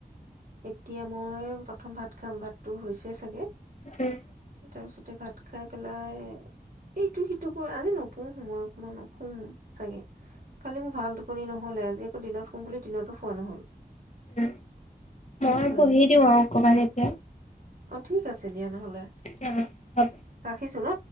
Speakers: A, on the right; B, on the left.
A: এতিয়া মই প্ৰথম ভাত খাম ভাতটো হৈছেই চাগে
B: উম
A: তাৰ পিছতে ভাত খাই পেলাই এইটো সি <unintelligible> আজি নপহো মই <unintelligible> চাগে কালি মোৰ ভাল টোপনি নহলে আজি আকৌ দিনত শুম বুলি দিনতো শুৱা নহল।
B: উম
A: সেইটো
B: মই
A: কাৰণে।
B: পঢ়ি দিওঁ আৰু অকমান এতিয়া।
A: অ ঠিক আছে দিয়া নহ'লে।
B: অ', হ'ব।
A: ৰাখিছো ন?